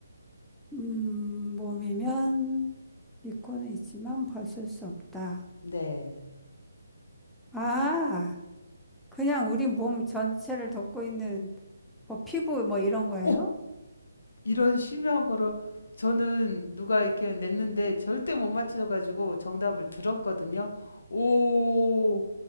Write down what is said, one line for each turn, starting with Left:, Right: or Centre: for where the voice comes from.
Centre: 음, 몸이면 있고는 있지만 벗을 수 없다.
Left: 네.
Centre: 아, 그냥 우리 몸 전체를 덮고 있는 뭐 피부 뭐 이런 거예요?
Left: 어, 이런 심한 거를 저는 누가 이렇게 냈는데 절대 못 맞춰가지고 정답을 들었거든요. 오,